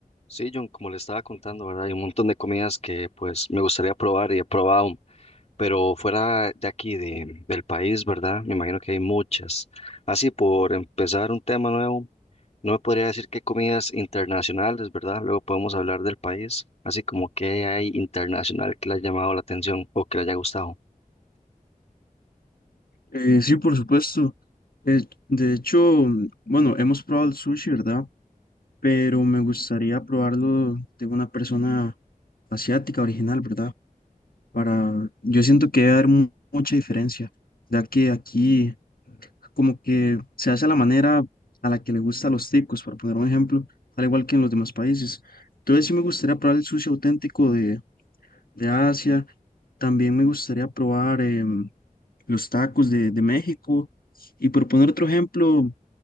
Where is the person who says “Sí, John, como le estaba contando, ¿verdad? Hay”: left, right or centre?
Left